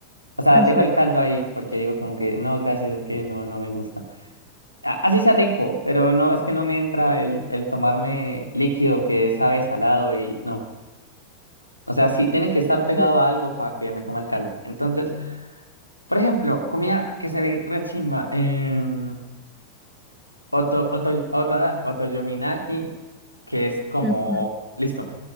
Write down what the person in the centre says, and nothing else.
Ujú,
ujú,
ujú.